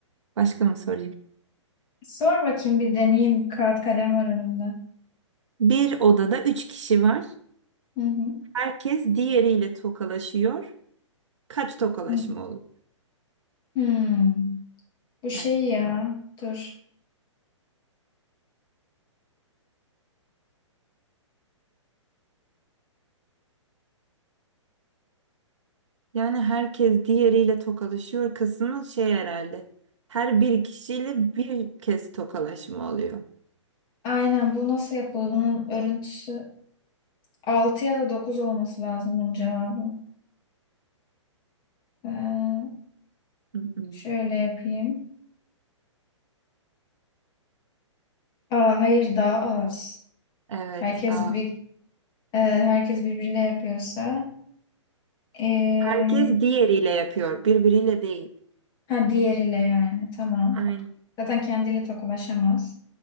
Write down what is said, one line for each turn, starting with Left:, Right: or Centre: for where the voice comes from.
Right: Başka mı sorayım?
Left: Sor bakayım bir deneyeyim. Bir Kağıt kalem var önümde.
Right: Bir odada üç kişi var.
Left: Hı hı.
Right: Herkes diğeriyle tokalaşıyor. Kaç tokalaşma
Left: Hı.
Right: olur?
Left: Hmm. Bu şey
Right: Evet.
Left: ya. Dur.
Right: Yani herkes diğeriyle tokalaşıyor kısmı şey herhalde. Her bir kişiyle bir kez tokalaşma oluyor.
Left: Aynen bu nasıl yapılır? Bunun örüntüsü 6 ya da 9 olması lazım bunun cevabı. Ee,
Right: Hı hı.
Left: şöyle yapayım. Aa, hayır daha az.
Right: Evet
Left: Herkes
Right: daha.
Left: bir e, herkes birbiriyle yapıyorsa e,
Right: Herkes diğeriyle yapıyor. Birbiriyle değil.
Left: ha diğeriyle yani tamam.
Right: Aynen.
Left: Zaten kendiyle tokalaşamaz.